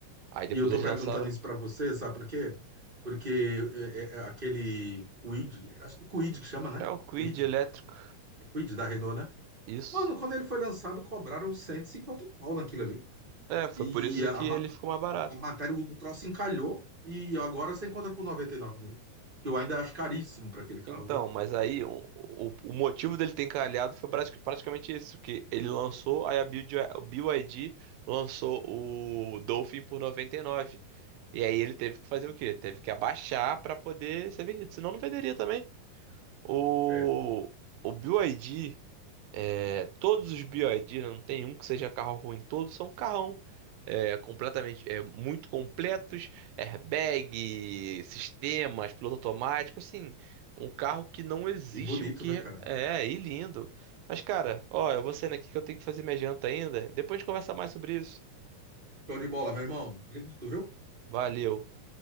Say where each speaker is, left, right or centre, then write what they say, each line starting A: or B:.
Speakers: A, on the right (about 85°); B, on the right (about 20°).
A: Aí depois
B: E eu tô
A: eles
B: perguntando
A: lançaram,
B: isso pra você, sabe por quê? Porque é, é, é aquele Kwid, acho que é Kwid que chama, né?
A: é o Kwid
B: Kwid,
A: elétrico.
B: é Kwid da Renault, né?
A: Isso.
B: Mano, quando ele foi lançado, cobraram 150 pau naquilo ali.
A: É, foi
B: E
A: por isso
B: a,
A: que
B: a, ma-
A: ele ficou mais barato.
B: a matéria, o troço encalhou e agora você encontra por 99 mil. Que eu ainda acho caríssimo pra aquele carro,
A: Então,
B: viu?
A: mas aí o, o, o motivo dele ter encalhado foi pratica- praticamente isso, que ele lançou, aí a BYD a BYD lançou o Dolphin por noventa E nove e aí ele teve que fazer o quê? Teve que abaixar para poder ser vendido, senão não venderia também. O,
B: É.
A: o BYD é, todos os BYD, né, não tem um que seja carro ruim, todos são carrão. É, completamente, é, muito completos, airbag, sistemas, piloto automático, assim, um carro que não existe
B: E bonito,
A: o que
B: né, cara?
A: é, é, e lindo. Mas, cara, ó, eu vou saindo aqui que eu tenho que fazer minha janta ainda. Depois a gente conversa mais sobre isso.
B: Show de bola, meu irmão. Obrigado, viu?
A: Valeu.